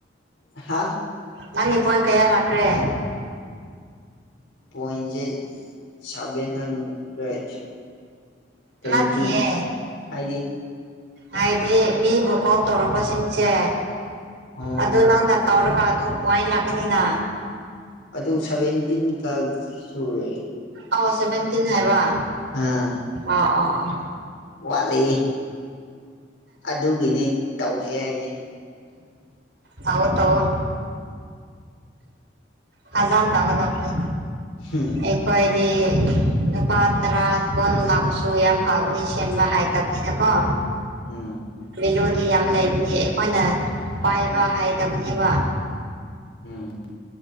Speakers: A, on the left; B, on the right.
A: ꯍꯥꯥ
B: ꯅꯪꯒꯤ ꯄꯣꯏꯟ ꯀꯌꯥ ꯂꯥꯛꯈ꯭ꯔꯦ
A: ꯄꯣꯏꯟꯁꯦ ꯁꯕꯦꯟ ꯍꯟꯗ꯭ꯔꯦꯠ ꯇ꯭ꯋꯦꯟꯇꯤ
B: ꯅꯠꯇꯤꯌꯦ
A: ꯍꯥꯏꯗꯤ
B: ꯍꯥꯏꯗꯤ ꯃꯤꯕꯨ ꯀꯣꯜ ꯇꯧꯔꯛꯄꯁꯤꯡꯁꯦ
A: ꯑꯣ
B: ꯑꯗꯨ ꯅꯪꯅ ꯇꯧꯔꯒ ꯑꯗꯨ ꯄꯣꯏꯟ ꯂꯥꯛꯀꯅꯤꯅ
A: ꯑꯗꯨ ꯁꯚꯦꯟꯇꯤꯟꯈꯛ ꯁꯨꯔꯦ
B: ꯑꯣ ꯁꯦꯚꯦꯟꯇꯤꯟ ꯍꯥꯏꯕ
A: ꯑꯥ
B: ꯑꫭ ꯑ ꯑꫭ
A: ꯋꯥꯠꯂꯤ ꯑꯗꯨꯒꯤꯅꯤ ꯇꯧꯁꯦ ꯍꯥꯏꯁꯦ
B: ꯇꯥꯎꯋꫭ ꯇꯥꯎꯋꫭ ꯐꯖꯅ ꯇꯥꯎꯒꯗꯧꯅꯤ
A: <inaudible>
B: ꯑꯩꯈꫭꯏꯗꯤ ꯂꯨꯄꯥ ꯇꯔꯥ ꯀꯨꯟ ꯂꯥꯛꯁꯨ ꯌꯥꯝ ꯐꯕꯅꯤ ꯁꯦꯝꯕ ꯍꯥꯏꯇꯕꯅꯤꯅꯀꯣ
A: ꯎꯝ
B: ꯚꯦꯂꯨꯗꯤ ꯌꯥꯝ ꯂꯩꯕꯅꯦ ꯑꯩꯈꯣꯏꯅ ꯄꯥꯏꯕ ꯍꯩꯇꯕꯅꯦꯕ
A: ꯎꯝ